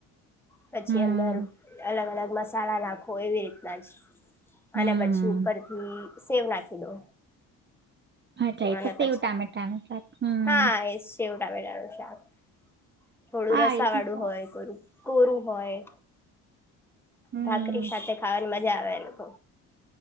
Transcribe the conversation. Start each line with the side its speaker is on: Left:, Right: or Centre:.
Centre: પછી
Right: હમ
Centre: અંદર અલગ અલગ મસા સાલા નાખો એવી રીતના જ,
Right: હમ
Centre: અને પછી
Right: હમ
Centre: થી સેવ નાખી દો.
Right: <inaudible> એ
Centre: અને
Right: તો સેવ
Centre: પછી
Right: ટામેટાનું શાક હમ,
Centre: હા <unintelligible> થોડું
Right: હા
Centre: રસા
Right: એ બી
Centre: વાળું
Right: સારું
Centre: હોય, કરું કોરું હોય,
Right: હમ
Centre: ભાકરી સાથે ખાવાની મજા આવે. <inaudible>